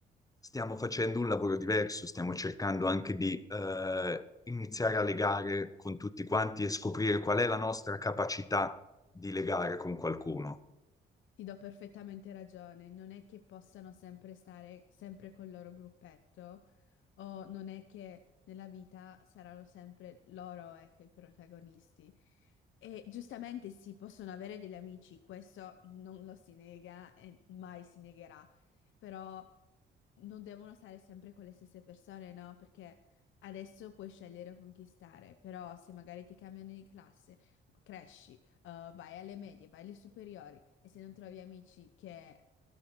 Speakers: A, on the left; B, on the left.
A: stiamo facendo un lavoro diverso, stiamo cercando anche di eh, iniziare a legare con tutti quanti e scoprire qual è la nostra capacità di legare con qualcuno.
B: Ti do perfettamente ragione, non è che possano sempre stare sempre col loro gruppetto o non è che nella vita saranno sempre loro, ecco, i protagonisti. E giustamente sì, possono avere degli amici, questo non lo si nega e mai si negherà, però non devono stare sempre con le stesse persone, no? Perché adesso puoi scegliere con chi stare, però se magari ti cambiano di classe, cresci, eh, vai alle medie, vai alle superiori e se non trovi amici che